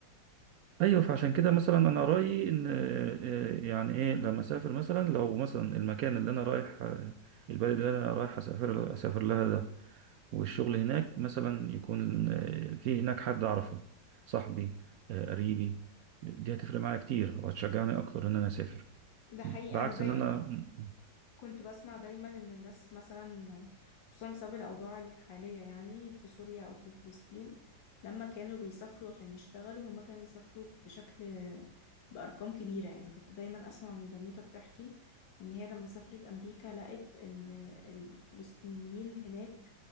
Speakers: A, on the right; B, on the left.
A: أيوه فعشان كده مثلا أنا رأيي إن آه، آه، يعني إيه لما أسافر مثلا لو مثلا المكان اللي أنا رايح آه، البلد اللي أنا رايح أسافر أسافر لها ده والشغل هناك مثلا يكون آه، في هناك حد أعرفه صاحبي آه، قريبي دي هتفرق معايا كتير وهتشجعني أكتر إن أنا أسافر
B: ده حقيقي
A: بعكس
B: أنا دايما
A: إن أنا م-
B: كنت بسمع دايما ان الناس مثلا خصوصا بسبب الاوضاع الحاليه يعني في سوريا او في فلسطين لما كانوا بيسافروا عشان يشتغلوا هما كانوا بيسافروا بشكل بارقام كبيره يعني كنت دايما اسمع من بنوته بتحكي ان هي لما سافرت امريكا لقت ان الفلسطينيين هناك